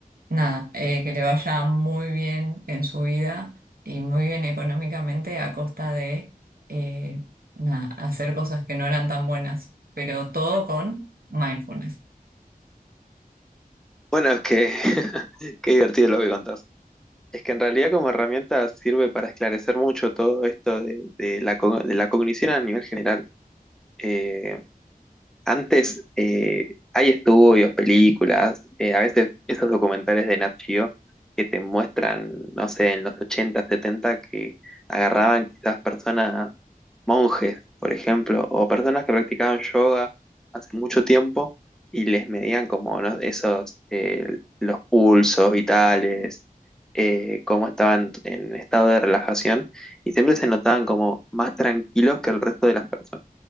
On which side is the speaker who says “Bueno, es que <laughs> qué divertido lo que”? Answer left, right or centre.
Centre